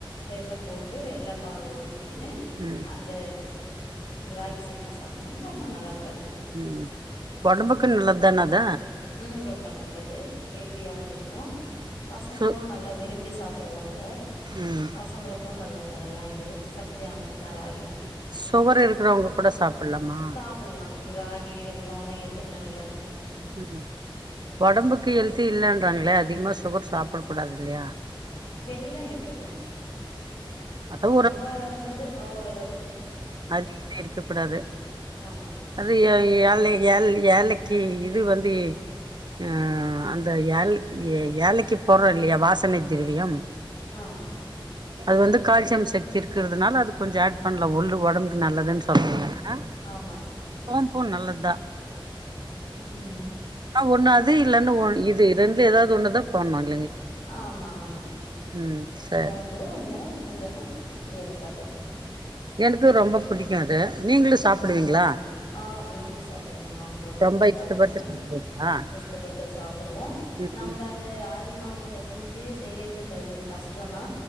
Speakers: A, on the left; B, on the right.
A: ரெண்டும் போ வெள்ளப்பஊ க்குனு
B: ம்
A: அந்த ராகி சேமியா சாப்பிட்டாங்க ரொம்ப நல்லா இருக்கும்
B: உம் உடம்புக்கு நல்லது தானாத
A: ம் ரொம்ப நல்லது ஹெல்த்தியாவும் இருக்கும் பசங்களும்
B: சு
A: நல்லா விரும்பி சாப்பிடுவாங்க
B: ம்
A: பசங்களுக்கும் நல்லா தரல்லாம் இது சத்து ஆனதுதா ராகி
B: சுகர் இருக்கிறவங்க கூட சாப்பிடலாமா
A: சாப்பிடலாம் ராகி வெள்ளம் எல்லாம் எடு பத்துக்கலாம்ல்ல
B: உம் உடம்புக்கு எழுத்த இல்லன்றாங்களே அதிகமா சுகர் சாப்பிட கூடாது இல்லையா
A: வெள்ளம் எடுத்துக்கலாம்
B: அத
A: ரொம்பன்றது ஓரளவு ச
B: அ இருக்க கூடாது
A: ஆமா
B: அது ஏழ ஏ ஏழக்கு இது வந்து அஹ் அந்த ஏ ஏழக்கு போடுறோம் இல்லையா வாசனை திரவியம்
A: ஆஹ்
B: அது வந்து கால்சியம் சக்தி இருக்கறிறதுனால அது கொஞ்சம் ஆட் பண்ணலாம் ஒு வடம் நல்லதுன்னு சொல்லற
A: ஆமா
B: போபூ நல்லது தான்
A: உம்
B: ஒண்ணு அது இல்லன்னு ஒ இது ரெண்டுல ஏதாவது ஒண்ணுதான் போண்ணும்
A: ஆமா ஆமா
B: ம் சரி
A: சோம்பு ஒண்ணு இல்லைன்னா ஏல சாப்பாடுட்டுக்கணும்
B: எனக்கு ரொம்ப புிடிக்கும் அது நீங்களு சாப்பிடுவீங்களா
A: உஹம் ஆஹ் விரும்பி சாப்பிடுவோம் நாங்களும்
B: ரொம்ப இஷ்டப்பட்டு
A: ராகிசம்
B: சாப்டுவீங்களா
A: இஷ்டப்பட்டு சாப்பிடுவோம்
B: ம்
A: நம்ம அந்த ஆரிமாவு பசைஞ்ச ஜி செய்யறதுக்குருது கஷ்டம்னா